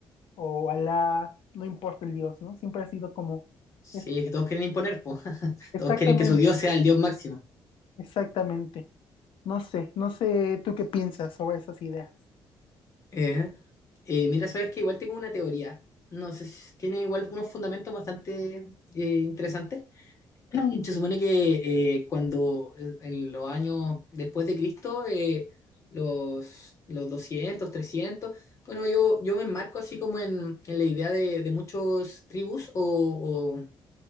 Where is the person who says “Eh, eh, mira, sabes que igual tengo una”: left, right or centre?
Left